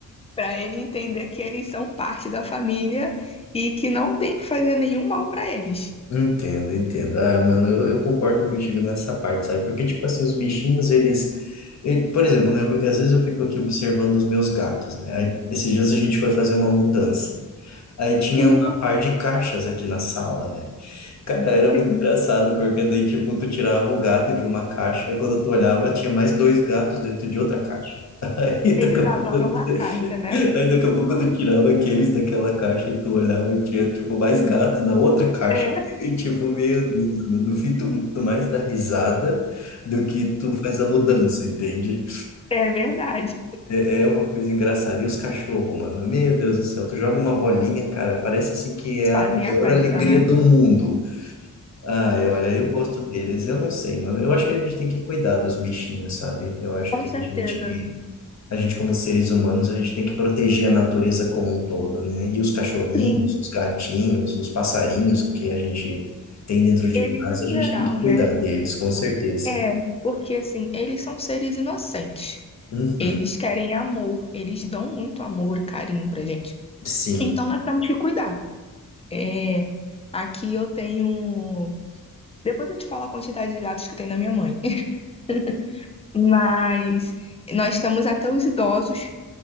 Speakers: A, on the left; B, on the left.
A: pra ele entender que eles são parte da família e que não tem que fazer nenhum mal pra eles.
B: Entendo, entendo. Ah, mano, eu, eu concordo contigo nessa parte, sabe? Porque, tipo assim, os bichinhos, eles. e- Por exemplo, né? eu- Às vezes eu fico aqui observando os meus gatos, né? Aí, esses dias a gente foi fazer uma mudança. Aí tinha
A: Uhum,
B: uma par de caixas aqui na sala, né? Cara, era muito
A: sim,
B: engraçado, porque daí, tipo, tu tirava o gato de uma caixa e quando tu olhava, tinha mais dois gatos dentro de outra caixa. <laughs> Aí
A: eles
B: daqui a
A: adoram
B: pouco,
A: uma caixa, né?
B: aí, daqui a pouco tu tirava aqueles daquela caixa e tu olhava e tinha, tipo, mais gato na outra caixa.
A: É,
B: E, tipo, meu Deus, mano, no fim tu, tu mais dá risada do que tu faz a mudança, entende?
A: é verdade.
B: É, é uma coisa engraçada. E os cachorros, mano? Meu Deus do céu, tu joga uma bolinha, cara, parece assim que é
A: Fazem
B: a maior
A: a festa,
B: alegria
A: né?
B: do mundo. Ai, olha, eu gosto deles. Eu não sei, mano. Eu acho que a gente tem que cuidar dos bichinhos, sabe? Eu acho
A: Com
B: que a
A: certeza.
B: gente, a gente como seres humanos, a gente tem que proteger a natureza como um todo, né? E os cachorrinhos,
A: Sim,
B: os gatinhos, os passarinhos que a gente tem dentro de
A: eles
B: casa,
A: no
B: a
A: geral,
B: gente tem que cuidar
A: né?
B: deles, com certeza.
A: É, porque assim, eles são seres inocentes.
B: Uhum,
A: Eles querem amor, eles dão muito amor e carinho pra gente.
B: sim.
A: Então nós temos que cuidar. É, aqui eu tenho. Depois eu te falo a quantidade de gatos que tem na minha mãe. <laughs> Mas nós temos até os idosos,